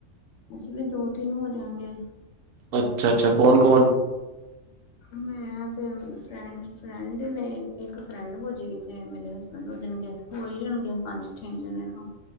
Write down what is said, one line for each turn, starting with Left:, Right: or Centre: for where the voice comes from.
Left: ਅਸੀਂ ਵੀ ਦੋ -ਤਿੰਨ ਹੋ ਜਾਗੇ
Right: ਅੱਛਾ ਅੱਛਾ ਕੌਣ
Left: ਹੁ,
Right: <unintelligible>
Left: ਮੈਂ ਤੇ ਫਰੈਂਡ -ਫਰੈਂਡ ਨੇ ਇੱਕ ਫਰੈਂਡ ਹੋ ਜਾਏਗੀ, ਤੇ ਮੇਰੇ ਹਸਬੈਂਡ ਹੋ ਜਾਣਗੇ, ਹੋਈ ਜਾਣਗੇ ਪੰਜ -ਛੇ ਜਣੇ ਤਾ,